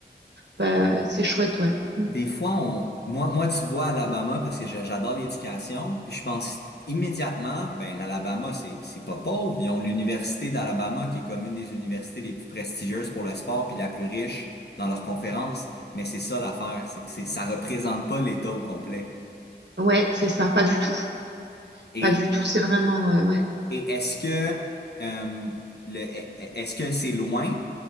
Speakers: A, on the right; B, on the left.
A: bah, c'est chouette, ouais. Mm.
B: Des fois, on, moi, moi, tu vois Alabama parce que je- j'adore l'éducation, puis je pense immédiatement, ben l'Alabama, c'est c'est pas pauvre. Ils ont l'université d'Alabama qui est comme une des universités les plus prestigieuses pour le sport, puis la plus riche dans leurs conférences. Mais c'est ça l'affaire, c'est que c'est ça représente pas l'État au complet.
A: Ouais, c'est ça, pas du tout.
B: Et
A: Pas du tout, c'est vraiment, euh, ouais.
B: et est-ce que euh, le est- est-ce que c'est loin